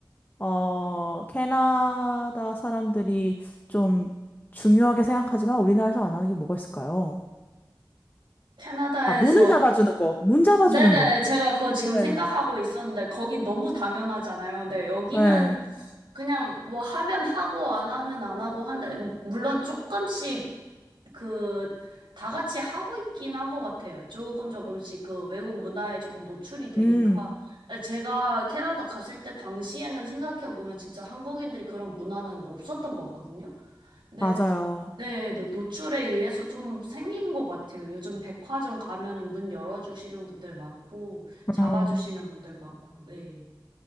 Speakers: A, on the left; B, on the right.
A: 어, 캐나다 사람들이 좀 중요하게 생각하지만 우리나라에서 안 하는 게 뭐가 있을까요?
B: 캐나다에서
A: 아, 문을 잡아주는 거. 문 잡아주는
B: 네네
A: 거.
B: 제가 그거 지금
A: 맞아요.
B: 생각하고 있었는데 거긴 너무 당연하잖아요. 근데 여기는
A: 네.
B: 그냥 뭐 하면 하고 안 하면 안 하고 한데 물론 조금씩 그, 다 같이 하고 있긴 한 것 같아요. 조금 조금씩 그 외국 문화에 조금 노출이 되니까.
A: 음,
B: 제가 캐나다 갔을 때 당시에는 생각해보면 진짜 한국인들이 그런 문화는 없었던 것 같거든요. 근데,
A: 맞아요.
B: 네, 노- 노출에 의해서 좀 생긴 것 같아요. 요즘 백화점 가면은 문 열어주시는 분들 많고, 잡아주시는
A: 음.
B: 분들 많고, 네.